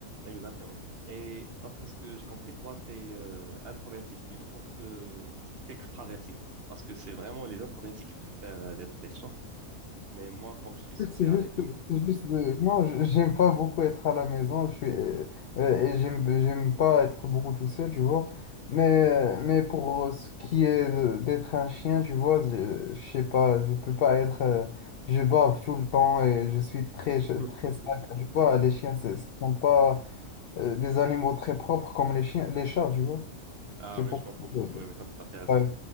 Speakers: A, on the right (about 50°); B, on the left (about 70°).
A: Exactement. Et d'après ce que j'ai compris, toi, tu es euh, introverti plutôt qu'o- que, qu'extraverti. Parce que c'est vraiment les introvertis qui préfèrent euh, d'être des chats. Mais moi, comme je suis social
B: C'est juste,
A: et tout,
B: c'est juste, euh, non, j- j'aime pas beaucoup être à la maison, je suis, euh, euh, et j'aime, j'aime pas être beaucoup tout seul, tu vois. Mais, mais pour euh, ce qui est de- d'être un chien, tu vois, je, je sais pas, je peux pas être, euh, je bave tout le temps et je suis très, je- très
A: <laughs>
B: sale, tu vois. Les chiens, ce ce sont pas, euh, des animaux très propres comme les chiens, les chats, tu vois.
A: ah
B: C'est
A: oui,
B: pour,
A: je comprends.
B: euh,
A: Oui, oui, tu as tout à fait raison.
B: ouais,